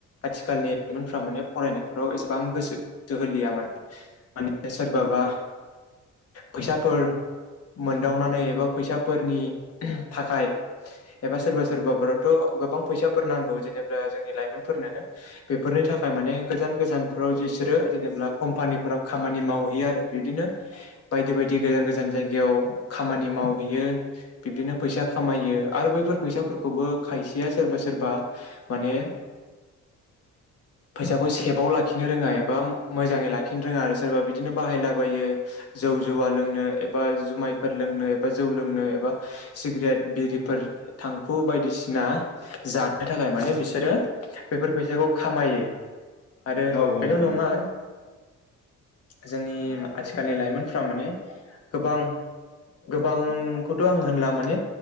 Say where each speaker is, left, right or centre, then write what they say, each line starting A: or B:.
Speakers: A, on the left; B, on the left.
A: आथिखालनि लाइमोनफ्रा माने फरायनायफोराव एसेबां गोसो होलिया माने माने सोरबा बा फैसाफोर मोनदावनानै एबा फैसाफोरनि थाखाय एबा सोरबा सोरबा फोराथ' गोबां फैसाफोर नांगौ जेनोबबला जोंनि लाइमोनफोरनो <inaudible> बेफोरनि थाखाय माने गोजान गोजानफोराव बिसोरो जेनेबा कम्पानिफोराव खामानि मावहैयो आरो बिदिनो बायदि बायदि गोजान गोजान जायगायाव खामानि मावहैयो बिब्दिनो फैसा खामायो यो आरो बैफोर फैसाफोरखौबो खायसेया सोरबा सोरबा मानि
B: <inaudible>
A: फैसाखौ सेफआव लाखिनो रोङा एबा मोजाङै लाखिनो रोङा आरो सोरबा बिदिनो बाहायलाबायो जौ जुवा लोंनो एबा जुमायफोर लोंनो एबा जौ लोंनो एबा सिग्रेट बिरिफोर थांखु बायदिसिना जानो थाखाय माने बिसोरो बेफोर फैसाखौ खामायो आरो
B: औ नोंथां
A: बेल' नङा
B: औ नोंथां औ
A: जोंनि आथिखालनि लाइमोनफोरा माने गोबां गोबांखौथ' आं होनला माने